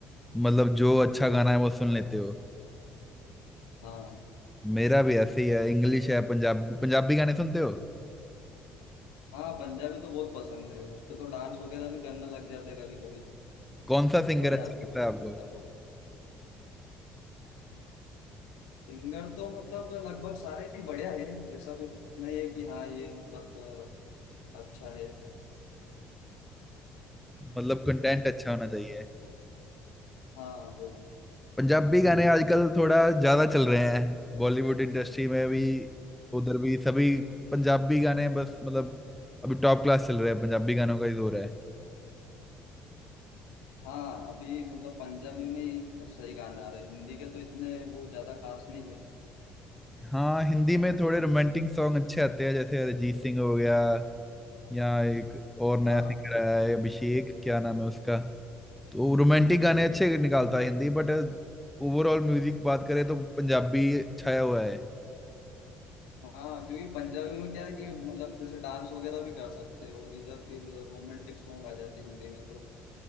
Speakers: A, in the centre; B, on the left.
A: मतलब जो अच्छा गाना है वो सुन लेते हो
B: हाँ
A: मेरा भी ऐसे ही है इंग्लिश है पंजाबी पंजाबी गाने सुनते हो
B: हाँ पंजाबी तो बहुत पसंद है उस पे तो डांस वगैरह भी करने लग जाता है कभी कभी
A: कौन सा सिंगर
B: मजा
A: अच्छा
B: आता
A: लगता
B: है उसमें
A: है आपको
B: मतलब बहुत सिंगर तो मतलब लगभग सारे ही बढ़िया है ऐसा कुछ नहीं है कि हाँ ये मतलब अ, अच्छा है
A: मतलब कंटेंट अच्छा होना चाहिए
B: हाँ वही
A: पंजाबी गाने आजकल थोड़ा ज्यादा चल रहे हैं बॉलीवुड इंडस्ट्री में भी उधर भी सभी पंजाबी गाने बस मतलब अभी टॉप क्लास चल रहे हैं पंजाबी गानों का ही जोर है
B: हाँ अभी मतलब पंजाबी में ही सही गाने आ रहे हैं हिंदी के तो इतने वो ज्यादा खास नहीं है
A: हाँ हिंदी में थोड़े रोमांटिक सॉन्ग अच्छे आते हैं जैसे अरिजीत सिंह हो गया या एक और नया
B: हाँ
A: सिंगर आया है अभिषेक क्या नाम है उसका तो रोमांटिक गाने अच्छे निकालता है हिंदी बट ओवरऑल म्यूजिक बात करें तो पंजाबी छाया हुआ है
B: हाँ क्योंकि पंजाबी में क्या है कि मतलब जैसे डांस वगैरह भी कर सकते हो और इधर फिर रोमांटिक सॉन्ग आ जाते हैं हिंदी में तो